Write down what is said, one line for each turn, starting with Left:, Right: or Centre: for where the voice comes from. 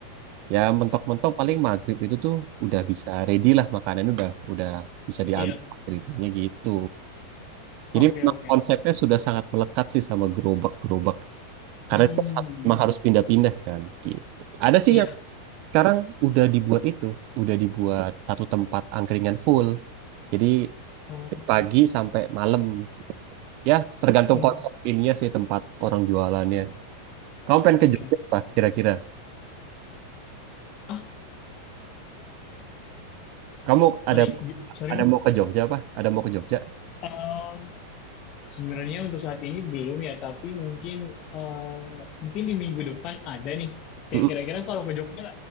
Right: Ya, mentok-mentok paling maghrib itu tuh udah bisa ready lah makanannya udah udah bisa diambil
Left: Iya,
Right: ceritanya gitu. Jadi
Left: oke,
Right: memang
Left: oke,
Right: konsepnya
Left: oke.
Right: sudah sangat melekat sih sama gerobak-gerobak Karena
Left: Hmm,
Right: itu memang harus pindah-pindah kan gitu. Ada sih
Left: iya.
Right: yang sekarang udah dibuat itu, udah dibuat satu tempat angkringan full. Jadi
Left: Oh,
Right: dari pagi sampai malam gitu. Ya, tergantung
Left: hmm,
Right: konsep ininya sih tempat orang jualannya. Kamu pengen
Left: oke.
Right: ke Jogja apa kira-kira?
Left: Ah,
Right: Kamu
Left: sorry,
Right: ada
Left: sorry
Right: ada
Left: Mas.
Right: mau ke Jogja apa? Ada mau ke Jogja?
Left: Eh, Sebenarnya untuk saat ini belum ya, tapi mungkin eh, mungkin di minggu depan ada nih. Kayak
Right: Mm-mm.
Left: kira-kira kalau ke Jogja